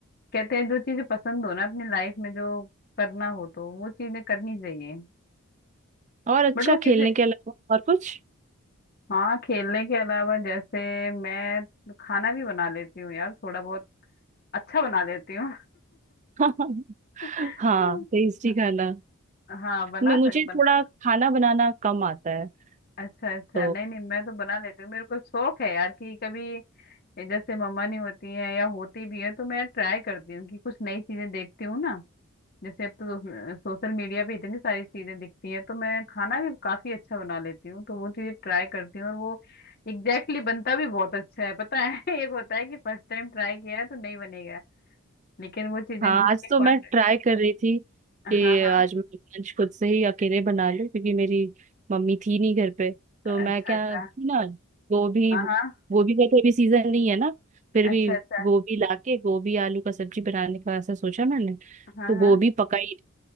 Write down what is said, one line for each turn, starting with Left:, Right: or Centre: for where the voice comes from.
Left: कहते हैं जो चीजें पसंद हो ना अपनी लाइफ में जो करना हो तो वो चीजें करनी चाहिए
Right: और अच्छा
Left: बट वो
Right: खेलने
Left: किसी
Right: के अलावा और कुछ
Left: हाँ खेलने के अलावा जैसे मैं खाना भी बना लेती हूँ यार थोड़ा बहुत अच्छा बना लेती हूँ
Right: <laughs>
Left: <laughs>
Right: हाँ टेस्टी खाना
Left: हाँ बना
Right: मैं मुझे
Left: सक बना
Right: थोड़ा खाना बनाना कम आता है
Left: अच्छा अच्छा
Right: तो
Left: नहीं नहीं मैं तो बना लेती हूँ मेरे को शौक है यार कि कभी जैसे मम्मा नहीं होती हैं या होती भी है तो मैं ट्राई करती हूँ कि कुछ नई चीजें देखती हूँ ना जैसे अब तो सोशल मीडिया पे इतनी सारी चीजें दिखती हैं तो मैं खाना भी काफी अच्छा बना लेती हूँ तो वो चीजें ट्राई करती हूँ और वो एग्जैक्टली exactly बनता भी बहुत अच्छा है पता है <laughs> एक होता है कि फर्स्ट टाइम ट्राई किया है तो नहीं बनेगा लेकिन वो चीजें
Right: हाँ
Left: जितनी
Right: आज
Left: क्वांट
Right: तो मैं ट्राई कर रही थी
Left: हाँ
Right: कि
Left: हाँ
Right: आज मैं लंच खुद से ही अकेले बना लूं क्योंकि मेरी मम्मी थी नहीं घर पे तो
Left: अच्छा
Right: मैं क्या
Left: अच्छा
Right: ना गोभी
Left: हाँ हाँ
Right: गोभी का तो अभी सीजन नहीं है ना फिर
Left: अच्छा
Right: भी
Left: अच्छा
Right: गोभी लाके गोभी आलू का सब्जी बनाने का ऐसा सोचा मैंने
Left: हाँ
Right: तो गोभी
Left: हाँ
Right: पकाई